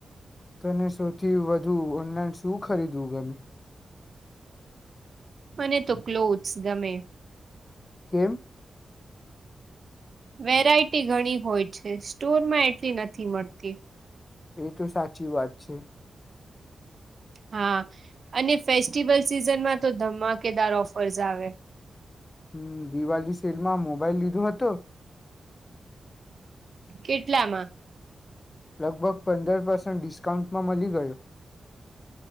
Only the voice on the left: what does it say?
તને સૌથી વધુ અને શું ખરીદવું ગમે.
કેમ.
એ તો સાચી વાત છે.
હમ્મ દિવાળી સેલ માં મોબાઈલ લીધો હતો
લગભગ પંદર પર્સેન્ટ ડિસ્કાઉન્ટમાં મળી ગયો.